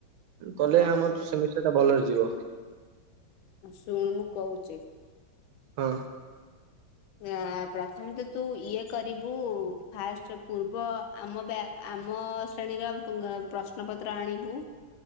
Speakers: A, on the right; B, on the left.
A: କଲେ
B: ହଉ
A: ଆମର ସେମି ଷ୍ଟାର୍ ଭଲରେ ଯିବ।
B: ଶୁଣ ମୁଁ କହୁଛି।
A: ହିଁ।
B: ଆ ପ୍ରଥମେ ତ ତୁ ଇଏ କରିବୁ ଫାଷ୍ଟ ପୂର୍ବ ଆମ ଆମ ଶ୍ରେଣୀର ପ୍ରଶ୍ନପତ୍ର ଆଣିବୁ।